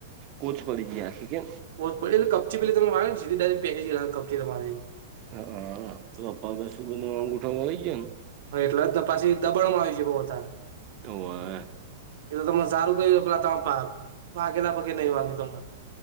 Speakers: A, on the right; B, on the right.
A: કોચ કરીડી ગયાખ કે.
B: ેટલે કપચીેલે ત વા <inaudible> નેા પ કપચી તમારી.
A: હા તોપ સુું બ ન અંગૂઠામાં લઈ જાય ને.
B: હ એટલે જને પાછી દબણમાં આવી જ બઉ અતારે.
A: તો.
B: એટલે તમે સારું ગય્યું પેલા તમેાગ ભઘેલા પગે નહીં વાગ્યું તમાર.